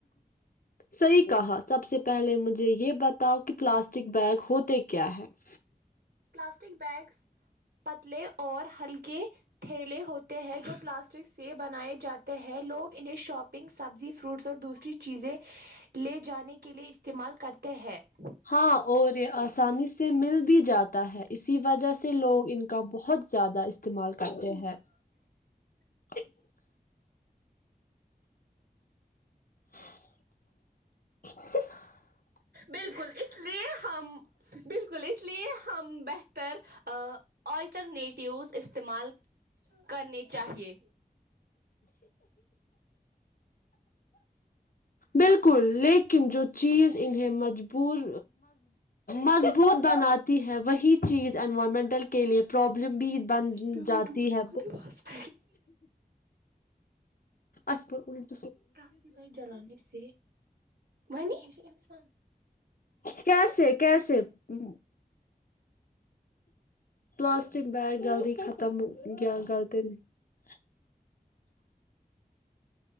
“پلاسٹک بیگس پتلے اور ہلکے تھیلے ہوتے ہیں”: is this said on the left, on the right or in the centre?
Right